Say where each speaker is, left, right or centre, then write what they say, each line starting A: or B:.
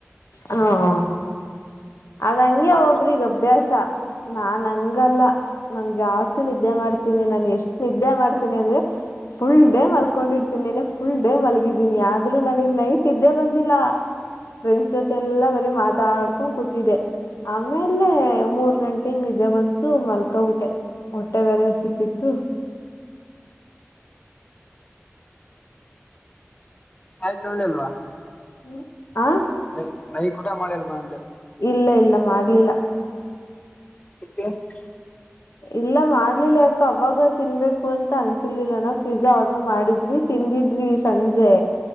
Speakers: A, on the left; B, on the left.
A: ಹೂ ಹ್ಮ್ ಅದ ಹಂಗೆ
B: ನಾವ್
A: ಒಬ್ರಿಗ್ ಅಭ್ಯಾಸ ನಾನ್ ಹಂಗಲ್ಲ ನಂಗ್ ಜಾಸ್ತಿ ನಿದ್ದೆ ಮಾಡ್ತ್ ತೀನಿ ನಾನ್ ಎಷ್ಟು ನಿದ್ದೆ ಮಾಡ್ತೀನಿ ಅಂದ್ರೆ ಫುಲ್ ಡೇ ಮಲ್ಕೊಂಡಿರ್ತೀನಿ ನೆನ್ನೆ ಫುಲ್ ಡೇ ಮಲಗಿದ್ದೀನಿ ಆದರೂ ನನಗೂ ನೈಟ್ ನಿದ್ದೆ ಬಂದಿಲ್ಲ ಫ್ರೆಂಡ್ಸ್ ಜೊತೆ ಎಲ್ಲಾ ಬರೀ ಮಾತಾಡ್ಕೊಂಡು ಕುಂ ತಿದ್ದೆ ಆಮೇಲೆ ಮೂರ್ ಗಂಟೆಗ್ ನಿದ್ದೆ ಬಂತು ಮಲ್ಕಾ ಬಿಟ್ಟೆ. ಹೊಟ್ಟೆ ಬೇರೆ ಹಸಿತಿತ್ತು.
B: ಕಾಯಿ ತೋಳಿಲ್ವ.
A: ಹ್ಮ್ ಆ
B: ನ ನೈ ಕುಟ ಮಾಡಿಲ್ಲ ಬಂದ
A: ಇಲ್ಲ ಇಲ್ಲಾ ಹಾಡ್ಲಿಲ್ಲ
B: <unintelligible>
A: ಇಲ್ಲಾ ಮಾಡ್ಲಿಲ್ಲಾ ಯಾಕ ಅವಾಗ ತಿನ್ಬೇಕು ಕು ಅಂತ ಅನ್ಸರಲಿಲ್ಲ ನಾ ಪಿಜ್ಜಾ ಆರ್ಡ್ರರ್ ಮಾಡಿದ್ವಿ ತಿಂದಿದ್ವಿ ಸಂಜೆ